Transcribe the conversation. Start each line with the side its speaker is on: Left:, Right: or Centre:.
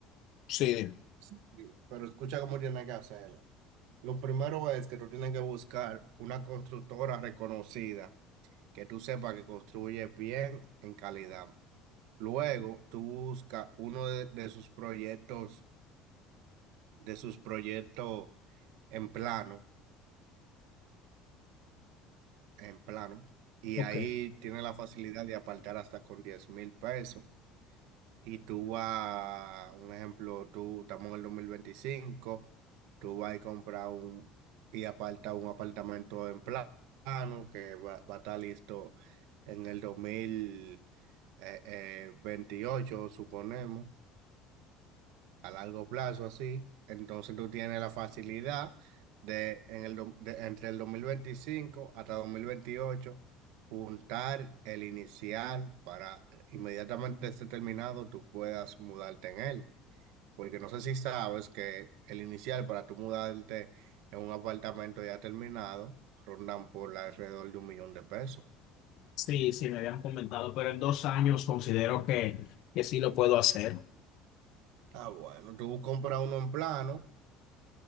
Left: sí.
Right: Sí, Pero escucha cómo tiene que hacerlo. Lo primero es que tú tienes que buscar una constructora reconocida que tú sepas que construye bien en calidad. Luego, tú buscas uno de, de sus proyectos, de sus proyectos en plano, en plano, y
Left: Ok.
Right: ahí tiene la facilidad de apartar hasta con diez mil pesos. Y tú vas, un ejemplo, tú estamos en el dos mil veinticinco tú vas a comprar un y aparta un apartamento en pla- plano que va, va a estar listo en el dos mil eh, eh, veintiocho suponemos a largo plazo, así. Entonces tú tienes la facilidad de, en el, do- de- entre el 2025 hasta 2028 juntar el inicial para inmediatamente esté terminado tú puedas mudarte en él. Porque no sé si sabes que el inicial para tú mudarte en un apartamento ya terminado rondan por alrededor de un millón de pesos.
Left: Sí, sí, me habían comentado, pero en dos años considero que, que sí lo puedo hacer.
Right: Ah, bueno, tú compras uno en plano.